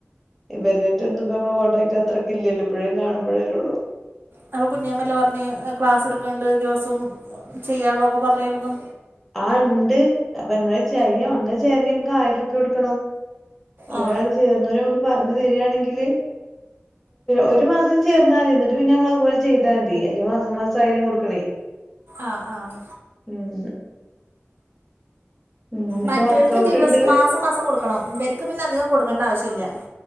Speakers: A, in the centre; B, on the right.
A: ഇന്റർനെറ്റ് ഒന്നും കോടാക്ട് അത്രക്ക ഇല്ലല്ലോ ഇപ്പോഴേും കാണുമ്പോഴേല്ലേ ഉള്ളൂ
B: അപ്പൊ കുഞ്ഞേമ്മല്ല പറഞ്ഞഞ് ക്ലാസ് എടുക്കണ്ട് ദിവസവും ചെയ്യുള്ളൊക്കെ പറഞ്ഞായിരുന്നു
A: ആ് ഉണ്ട് അപ്പൊ എമ്മള ചൈ അങ്ങങ് ചേര നമുക്ക് ആയിരം രൂപ്യ കൊടുക്കണംോ ഒരാള്
B: ആ
A: ചേർന്നോര നമ്മുക്ക് പറഞ്ഞു തരിയാണെങ്കില് ഒരു മാസം ചേർന്നാ മതി എന്നി് പിന്നെ നമ്മള അതുപലെ്താതി അല്ലെേ മാസം മാസം ആയാലും കൊടുക്കണേ
B: ആ ആഹ
A: ഉം ഉം എനിക്ക്
B: മറ്റവർക്ക്
A: വർക്കഔട്ട്
B: ദിവസം
A: ഉണ്ട്
B: മാസം മാസം കൊടുക്കണം ഇവർക്ക് പിന്നെ അധികം കൊടുക്കേണ്ട ആവശ്യമില്ല